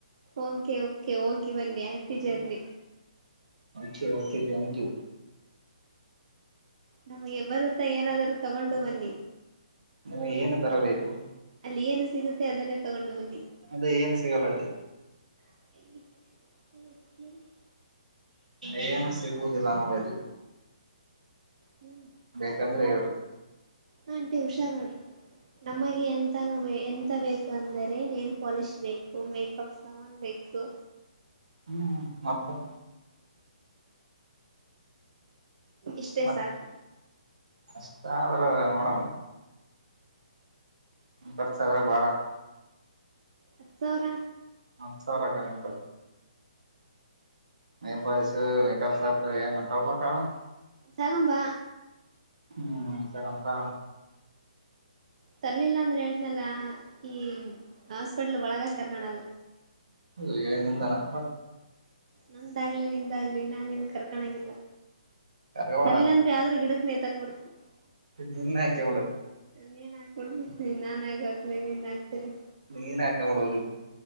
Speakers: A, on the right (about 55°); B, on the right (about 75°).
A: ಓಕೆ ಓಕೆ ಹೋಗಿ ಬನ್ನಿ happy journey.
B: K thank you.
A: ನಮ್ಗೆ ಎಬರತ್ತ ಏನಾದರೂ ತಗೊಂಡು ಬನ್ನಿ.
B: ನೀವು ಏನು ತರಬೇಕು
A: ಅಲ್ಲಿ ಏನು ಸಿಗುತ್ತೆ ಅದನ್ನೇ ತಗೊಂಡು. ಬನ್ನಿ
B: ಅದ ಏನ್ ಸಿಗಲ್ಲ ಅ್ದ.
A: ಈ್ಮ ಹ್ಮ.
B: ಏನು ಸಿಗುವುದಿಲ್ಲ ನೋಡಲ್ಲಿ.
A: ಹ್ಮ್.
B: ಬೇಕಂದ್ರೆ.
A: ಹಟಿ ಹುಷಾರ್ರ. ನಮಗೆ ಎಂತಾನ ಎಂತ ಬೇಕು ಅಂದರೆ ನೇಲ್ ಪಾಲಿಶ್ ಬೇಕು ಮೇಕಪ್. ತನ್ಬೇಕು.
B: ಹ್ಮ್ ಮತ್ತ.
A: ಇಷ್ಟೇ
B: ಮತ್
A: ಸಾಕು.
B: ಅಷ್ಟ ಮಾಡೋಡ. ಬರ್ಸ ಆದ್ರೆ ಬಾಳ ಆಗ್ತದೆ.
A: ಹ ಸಾವರ.
B: ಹಾ ಸಾರಕ ನಿಟ. ನೀ ಬಸ ಮೇಕ <unintelligible>
A: ತಾಗಂಬಾ.
B: ಹ್ಮ್ ಸರ ಸರ.
A: ತರ್ಲಿಲ್ಲ ಅಂದ್ರೆ ಹೇಳ್ತನಲ್ಲ ಈ ಹಾಸ್ಪಿಟ್ಲ್ ಒಳಗ ಕರ್ಕಣಲ್ಲ.
B: ಹೆ ನಿಂದಾನ ಮ.
A: ನಂದಾಗ್ಲಿ ನಿಂದಾಗ್ಲಿ ನಾನೇನ್ ಕರ್ಕಣಂಗಿಲ್ಲ.
B: ಕರ್ಗವಾಡ
A: ಅರಿಲ್ಲಾಂದ್ರೆ ಯಾವ್ದ್ರೂ ಗಿಡಕ್ ನೇಯತಾಕ್ಬಡ್ತ
B: ನಿನ್ನ ಹಾಕಿಬಿಡು
A: ನೀನ್ ಹಾಬಡ್ತ ನಾನ್ ಹಗ ಹಾಕ್ತಿ ನೀನ್ ಹಾಕ್ತೇನೆಿ
B: ನೀನ್ ಆಕ ಮಡೋಲ್